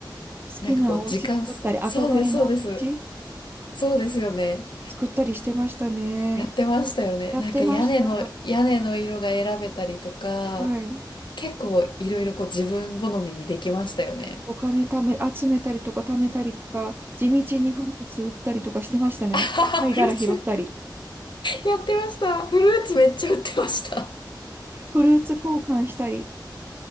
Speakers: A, on the right; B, on the left.
A: 好きなお家作ったり、
B: なんかこう時間す、
A: 憧れのお家
B: そうです、そうです。そうですよね。
A: 作ったりしてましたね。
B: やってましたよね。
A: やってました。
B: なんか屋根の、屋根の色が選べたりとか、
A: はい。
B: 結構いろいろこう自分好みにできましたよね。
A: お金貯め、集めたりとか貯めたりとか、地道にフルーツ売ったりとかしてましたね。
B: あははフルーツ、
A: 貝殻拾ったり、
B: やってました。フルーツめっちゃ売ってました。
A: フルーツ交換したり、